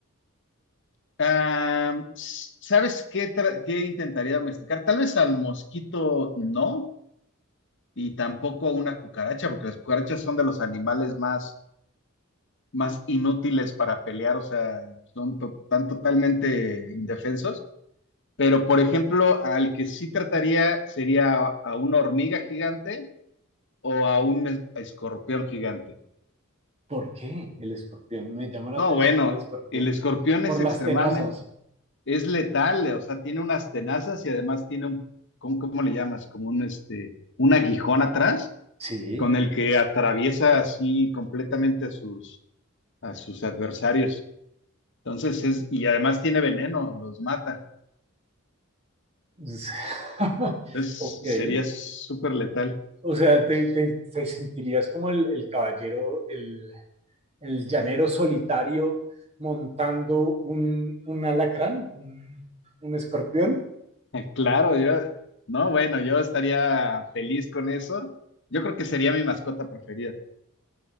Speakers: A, on the left (about 60°); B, on the right (about 30°).
A: Ah, s- ¿sabes qué, tra- qué intentaría domesticar? Tal vez al mosquito no, y tampoco a una cucaracha, porque las cucarachas son de los animales más, más inútiles para pelear, o sea, son to- tan totalmente indefensos. Pero, por ejemplo, al que sí trataría sería a, a una hormiga gigante o a un es- escorpión gigante.
B: ¿Por qué el escorpión? Me llama la
A: No,
B: atención
A: bueno,
B: el escorpión.
A: el escorpión
B: Por
A: es
B: las
A: extremadamente
B: tenazas.
A: es letal, eh, o sea, tiene unas tenazas y además tiene un, ¿cómo, cómo le llamas? Como un, este, un aguijón atrás
B: Sí.
A: con el que atraviesa así completamente a sus, a sus adversarios. Entonces es, y además tiene veneno, los mata.
B: <laughs>
A: Entonces
B: Ok,
A: sería súper letal.
B: o sea, te, te- te sentirías como el, el caballero, el, el llanero solitario montando un, un alacrán, un, un escorpión.
A: <laughs> Claro, yo, no, bueno, yo estaría feliz con eso. Yo creo que sería mi mascota preferida.